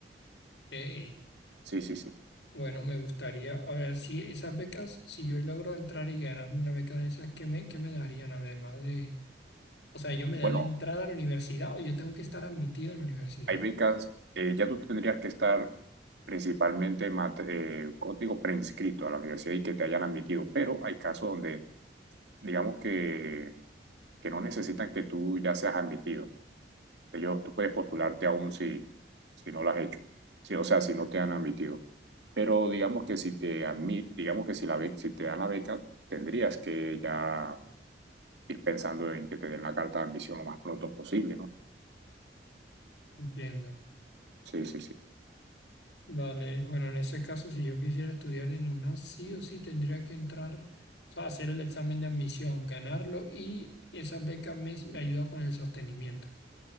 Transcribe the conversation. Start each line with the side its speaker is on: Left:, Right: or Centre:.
Left: Ey,
Right: Sí, sí, sí.
Left: Bueno, me gustaría, a ver si esas becas, si yo logro entrar y ganarme una beca de esas, ¿qué me, qué me darían además de, o sea, ellos me dan
Right: Bueno.
Left: la entrada a la universidad o yo tengo que estar admitido en la universidad?
Right: Hay becas, eh, ya tú tendrías que estar principalmente, mate- eh, ¿cómo te digo?, preinscrito a la universidad y que te hayan admitido, pero hay casos donde, digamos que, que no necesitan que tú ya seas admitido. Ellos, tú puedes postularte aún si, si no lo has hecho, Sí, o sea, si no te han admitido. Pero digamos que si te admit, digamos que si, la be- si te dan la beca, tendrías que ya ir pensando en que te den la carta de admisión lo más pronto posible, ¿no?
Left: Entiendo.
Right: Sí, sí, sí.
Left: Vale, bueno, en ese caso, si yo quisiera estudiar en una, sí o sí tendría que entrar, o sea, hacer el examen de admisión, ganarlo y esas becas me, me ayuda con el sostenimiento.